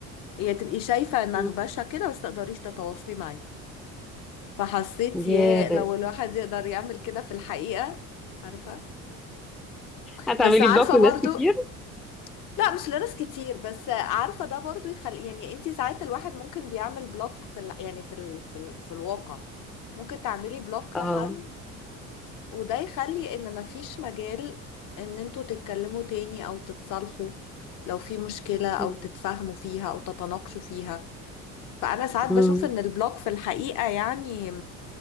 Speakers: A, on the left; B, in the centre.
A: يعني تبقي شايفة نغبشة
B: مم.
A: كده بس تقدريش تتواصلي معاه فحسيت
B: يا
A: يا
B: ده
A: لو الواحد يقدر يعمل كده في الحقيقة عارفة
B: هتعملي
A: بس عارفة
B: بلوك لناس
A: برضو
B: كتير؟
A: لا مش لناس كتير بس عارفة ده برضو يخلي يعني انتي ساعات الواحد ممكن بيعمل بلوك في ال... يعني في ال... في, ال... في الواقع ممكن تعملي بلوك
B: اه
A: لحد وده يخلي ان مفيش مجال ان انتوا تتكلموا تاني او تتصالحوا لو في مشكلة او
B: مم.
A: تتفاهموا فيها او تتناقشوا فيها فانا ساعات بشوف
B: مم.
A: ان البلوك في الحقيقة يعني